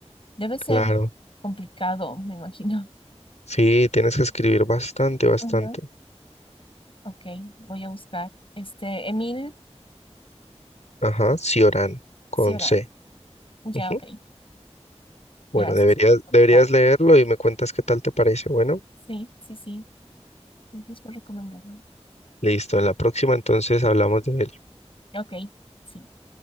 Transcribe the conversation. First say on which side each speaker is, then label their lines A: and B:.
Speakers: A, on the left; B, on the left.
A: Debe ser
B: Claro.
A: complicado, me imagino.
B: Sí, tienes que escribir bastante, bastante.
A: Ujú. Ok, voy a buscar. Este, Emil
B: Ajá, Cioran, con
A: Cioran.
B: C.
A: Ya,
B: Ujú.
A: ok. Gracias
B: Bueno, deberías,
A: por recomendar.
B: deberías leerlo y me cuentas qué tal te parece. Bueno,
A: Sí, sí, sí. Gracias por recomendarme.
B: listo. En la próxima entonces hablamos de él.
A: Ok, sí.